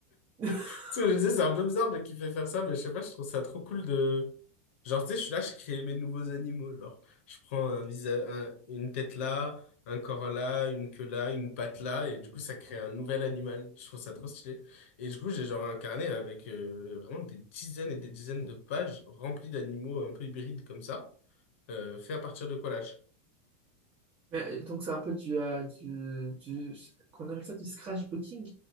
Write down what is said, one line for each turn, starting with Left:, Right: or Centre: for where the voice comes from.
Right: <laughs>
Left: Tu sais, je me disais, c'est un peu bizarre de kiffer faire ça, mais je sais pas, je trouve ça trop cool de. Genre, tu sais, je suis là, je crée mes nouveaux animaux. Genre, je prends un visage, un- une tête là, un corps là, une queue là, une patte là, et du coup, ça crée un nouvel animal. Je trouve ça trop stylé. Et du coup, j'ai genre un carnet avec euh, vraiment des dizaines et des dizaines de pages remplies d'animaux un peu hybrides comme ça, euh, fait à partir de collages.
Right: mais, euh, Donc c'est un peu du, euh, du, du... Qu'on appelle ça du scratchbooking.